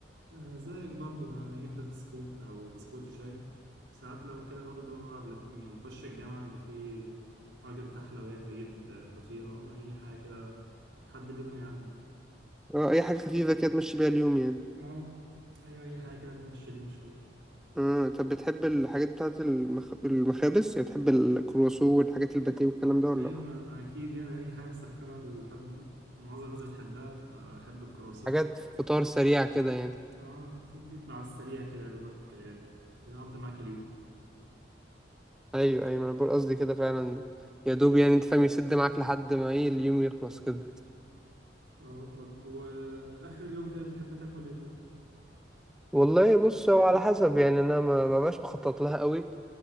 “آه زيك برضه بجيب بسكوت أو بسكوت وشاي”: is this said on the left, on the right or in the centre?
Right